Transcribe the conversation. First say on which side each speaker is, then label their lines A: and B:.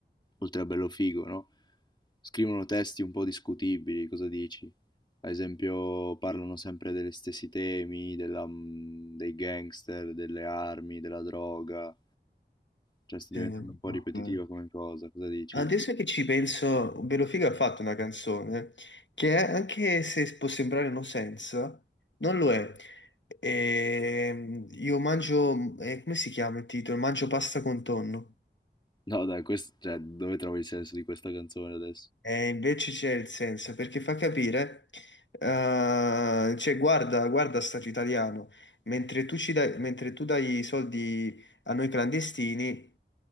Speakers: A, on the left; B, on the left.
A: oltre a bello figo, no? Scrivono testi un po' discutibili, cosa dici? Ad esempio, parlano sempre degli stessi temi, della, mm, dei gangster, delle armi, della droga. Cioè, sta
B: Sì,
A: diventando un po'
B: vabbè.
A: ripetitiva come cosa, cosa dici?
B: Adesso che ci penso, Belofiga ha fatto una canzone che anche se può sembrare no senso, non lo è. Ehm, io mangio, eh, come si chiama il titolo? Mangio pasta con tonno.
A: No, dai, questo, cioè, dove trovi il senso di questa canzone adesso?
B: E invece c'è il senso, perché fa capire, eh, cioè guarda, guarda stato italiano, mentre tu, ci dai, mentre tu dai i soldi a noi clandestini,